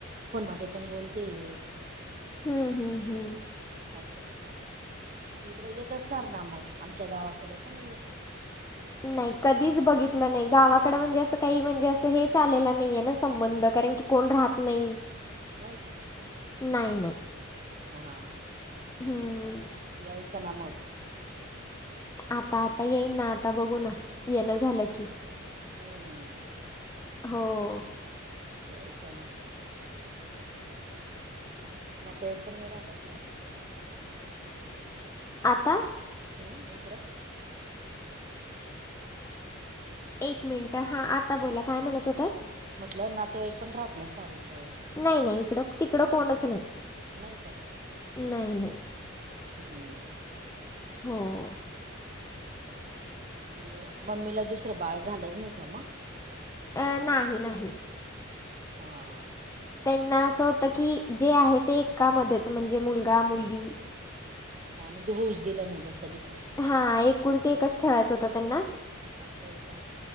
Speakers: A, on the right (about 40°); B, on the left (about 15°).
A: फोन मध्ये आपण बोलते.
B: हम्म, हम्म, हम्म.
A: असं इकडं येत असणार नां मग, आमच्या गावाकडे का नाही येत?
B: नाही कधीच बघितलं नाही गावाकडे म्हणजे असं काही म्हणजे असं हेच आलेलं नाहीये ना संबंध कारण की कोण राहत नाही
A: नाही का
B: नायी नाय.
A: हां हां
B: हुं
A: यायचं ना मग.
B: आता आता येईन ना आता बघू ना येन झालं की.
A: हुं
B: हों
A: यायच ना नाते ऐकपण नाही राहत असणारं
B: आता
A: हुं इकड
B: एक मिनिट हां आता बोला काय म्हणत होतात.
A: म्हटलं नातेवाईक पण राहत नसनार इकडे.
B: नायी नायी इकडं तिकडं कोणच नायी.
A: नायी काय
B: नायी नायी.
A: हां
B: हों
A: म्हणजे मम्मीला दुसरं बाळ झालंच नायी का मग?
B: अं नाही नाही
A: हां
B: त्यांना असं होतं की जे आहे ते एका मध्येच म्हणजे मुलगा, मुलगी.
A: हा म्हणजे होऊच दिलं नाही जसं दुस
B: हां एकुलती एकच ठेवायचं होत त्यांना
A: असं आहे का